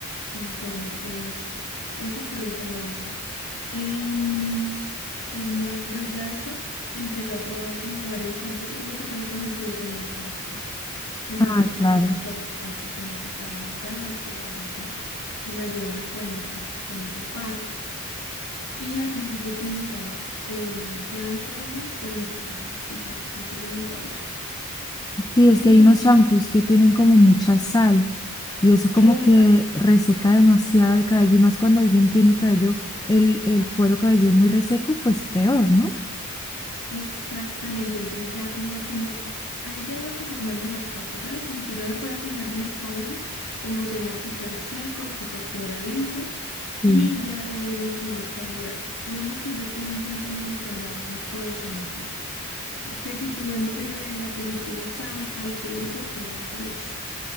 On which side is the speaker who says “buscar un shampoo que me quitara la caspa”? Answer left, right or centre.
Left